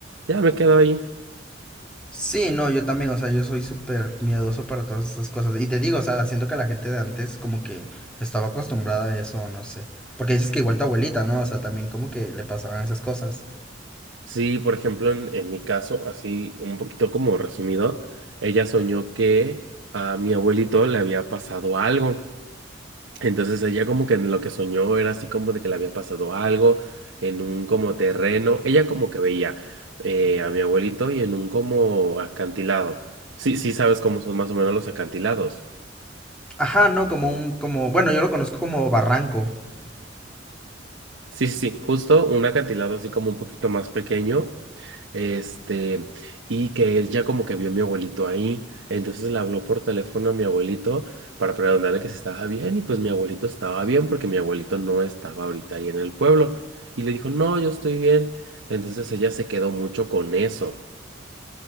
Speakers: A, on the right; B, in the centre.
A: ya me quedo ahí.
B: Sí, no, yo también, o sea, yo soy súper miedoso para todas esas cosas. Y te digo, o sea, siento que la gente de antes como que estaba acostumbrada a eso, no sé. Porque dices que igual tu abuelita, ¿no? O sea, también como que le pasaban esas cosas.
A: Sí, por ejemplo, en, en mi caso, así un poquito como resumido, ella soñó que a mi abuelito le había pasado algo. Entonces ella como que en lo que soñó era así como de que le había pasado algo en un como terreno. Ella como que veía eh, a mi abuelito y en un como acantilado. Sí, sí sabes cómo son más o menos los acantilados.
B: Ajá, no, como un, como, bueno, yo lo conozco como barranco.
A: Sí, sí, sí, justo un acantilado así como un poquito más pequeño Este, y que él ya como que vio a mi abuelito ahí, entonces le habló por teléfono a mi abuelito para preguntarle que si estaba bien y pues mi abuelito estaba bien porque mi abuelito no estaba ahorita ahí en el pueblo y le dijo, no, yo estoy bien. Entonces ella se quedó mucho con eso.